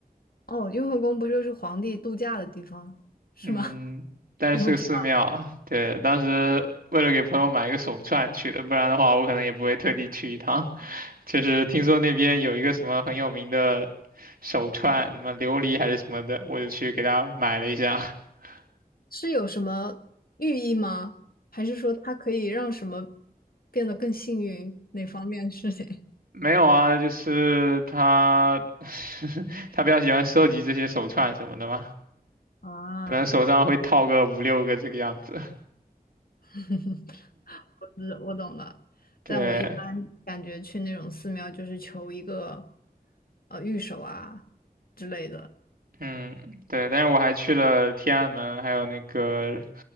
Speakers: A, on the left (about 70°); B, on the right (about 70°).
A: 哦，雍和宫不就是皇帝度假的地方，是吗？
B: 嗯，但是是个寺庙。
A: <laughs> 我不知
B: 对，当时为了给朋友买一个手串去的，不然的话我可能也不会特地去一趟。就是听说那边有一个什么很有名的手串，什么琉璃还是什么的，我就去给他买了一下。<laughs>
A: 是有什么寓意吗？还是说它可以让什么变得更幸运？哪方面的事情？
B: 没有啊，就是他 <laughs> 他比较喜欢收集这些手串什么的嘛，
A: <laughs> 啊，
B: 可能手上会套个五六个这个样子。
A: <laughs> 我知我懂了，
B: 对，
A: 但我一般感觉去那种寺庙就是求一个呃御守啊之类的。
B: 嗯，对，但是我还去了天安门，还有那个